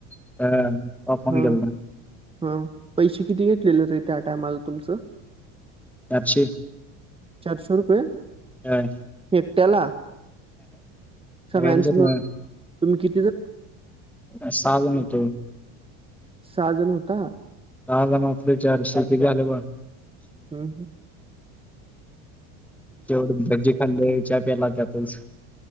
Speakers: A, in the centre; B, on the right.
A: <unintelligible>
B: हा
A: केलता
B: हा पैसे किती घेतलेले र त्या टायमाला तुमचं
A: चारशे
B: चारशे रुपये
A: होय
B: एकट्याला सगळ्यांचं
A: हम्म
B: मिळून? तुम्ही किती जण?
A: सहा जण येतो
B: सहा जण होता
A: सहा जण आपले चारशे काती झालं बघ
B: हम हम
A: तेवढं भजी खाली चहा पेला त्याच